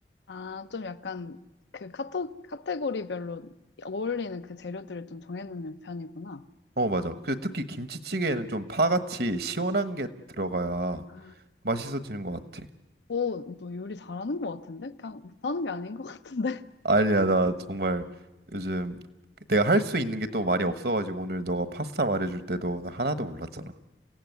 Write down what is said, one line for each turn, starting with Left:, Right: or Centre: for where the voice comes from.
Left: 아, 좀 약간 그 카톡, 카테고리별로 어울리는 그 재료들을 좀 정해놓는 편이구나.
Right: 어 맞아 그 특히 김치찌개에는 좀 파같이 시원한 게 들어가야
Left: 아.
Right: 맛있어지는 것 같아
Left: 오, 너 요리 잘하는 것 같은데? 그냥 못하는 게 아닌 것 같은데? <laughs>
Right: 아니야, 나 정말 요즘 내가 할 수 있는 게 또 많이 없어가지고 오늘 너가 파스타 말해줄 때도 나 하나도 몰랐잖아.